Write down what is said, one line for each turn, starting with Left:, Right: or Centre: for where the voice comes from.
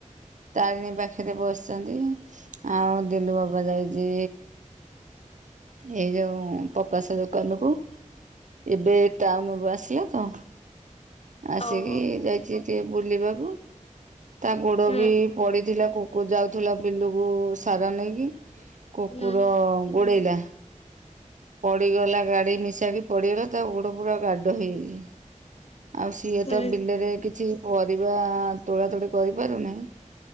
Right: ତାରିଣୀ ପାଖରେ ବସିଛନ୍ତି, ଆଉ ଦିଲୁ ବାବା ଯାଇଚି ଏଇ ଯୋଉଁ ପ୍ରକାଶ ଦୋକାନକୁ, ଏବେ ଟାଉନୁରୁ ଆସିଲା ତ। ଆସିକି
Left: ଓହୋ
Right: ଯାଇଛି ଟିକେ ବୁଲିବାକୁ, ତା ଗୋଡ଼ବି
Left: ହୁଁ
Right: ପଡିଥିଲା କୁ କୁ ଯାଉଥୁଲା ବିଲକୁ ସାର ନେଇକି କୁକୁର
Left: ହୁଁ
Right: ଗୋଡ଼େଇଲା। ପଡ଼ିଗଲା ଗାଡ଼ି ମିଶାକି ପଡ଼ିଗଲା ତା ଗୋଡ଼ ପୁରା ଗାଡ ହେଇଯାଇଛି। ଆଉ ସିଏ
Left: ହୁଁ
Right: ତ ବିଲରେ କିଛି ପରିବା ତୋଳା ତୋଳି କରିପାରୁନେଇ,